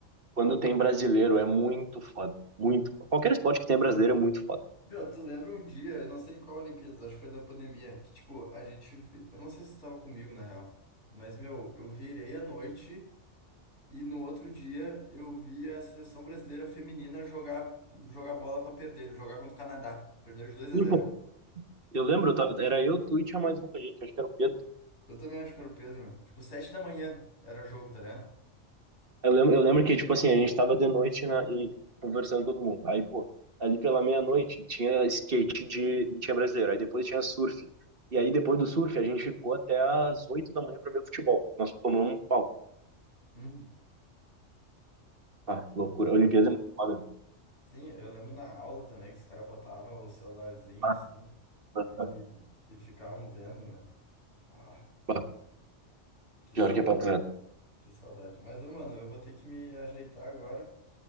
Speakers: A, on the right; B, on the left.
A: Quando tem brasileiro é muito foda, muito foda. Qualquer esporte que tem brasileiro é muito foda.
B: Meu, tu lembra um dia, eu não sei qual Olimpíadas, acho que foi da pandemia, que tipo, a gente, vi- eu não sei se tu tava comigo na real, mas meu, eu virei à noite e no outro dia eu vi a seleção brasileira feminina jogar, jogar bola pra perder, jogar contra o Canadá, perdeu de 2 a
A: E,
B: zero.
A: pô, eu lembro, tá- era eu, tu e tinha mais um com a gente, acho que era o Pedro.
B: Eu também acho que era o Pedro, meu. Tipo, sete da manhã era jogo, tá ligado?
A: Eu lembro, eu lembro que, tipo assim, a gente tava de noite na, e conversando todo mundo. Aí, pô, ali pela meia-noite tinha skate de, e tinha brasileiro. Aí depois tinha surf. E aí depois do surf a gente ficou até às oito da manhã pra ver o futebol. Nós tomamos um pau.
B: Uhum.
A: Ah,
B: Pô,
A: loucura. A Olimpíada é muito foda.
B: Sim, eu lembro na aula também que os caras botavam o celularzinho
A: Ah,
B: assim
A: ah,
B: e, e ficavam vendo, meu. Ah.
A: ah.
B: Que
A: Pior
B: saudade,
A: que é papo reto.
B: mano. que saudade. Mas, ô, mano, eu vou ter que me ajeitar agora,